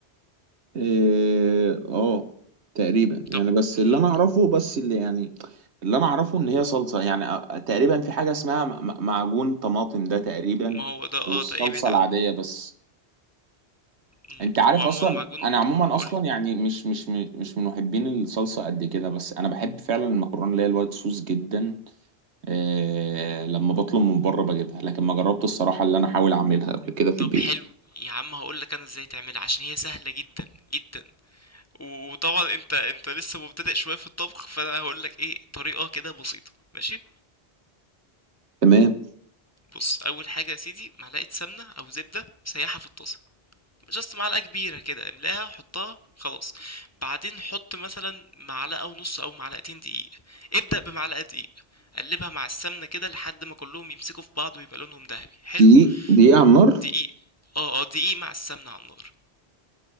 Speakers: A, on the right (about 80°); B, on the left (about 20°).
A: إيه، اه تقريبا يعني
B: طب
A: بس
B: مهم.
A: اللي انا اعرفه بس اللي يعني اللي انا اعرفه ان هي صلصه يعني أ- تقريبا في حاجه اسمها م- م- معجون طماطم ده تقريبا
B: ما هو ده اه
A: والصلصه
B: ده ابعد
A: العاديه
B: عنه
A: بس
B: مم.
A: انت عارف
B: هو عموما
A: اصلا
B: معجون
A: انا عموما
B: قول
A: اصلا يعني مش مش مش من محبين الصلصه قد كده بس انا بحب فعلا المكرونه اللي هي الوايت صوص جدا آه، لما بطلب من بره بجيبها لكن ما جربت الصراحة اللي أنا أحاول أعملها قبل كده في
B: طب
A: البيت
B: حلو يا عم هقول لك انا ازاي تعملها عشان هي سهله جدا جدا وطبعا انت انت لسه مبتدئ شويه في الطبخ فانا هقول لك ايه طريقه كده بسيطه ماشي
A: تمام
B: بص اول حاجه يا سيدي معلقه سمنه او زبده سيحها في الطاسه جاست معلقه كبيره كده املاها حطها خلاص بعدين حط مثلا معلقه ونص او معلقتين دقيق ابدا بمعلقه دقيق قلبها مع السمنه كده لحد ما كلهم يمسكوا في بعض ويبقى لونهم ذهبي حلو
A: دقيق دقيق على النار
B: دقيق اه اه دقيق مع السمنه على النار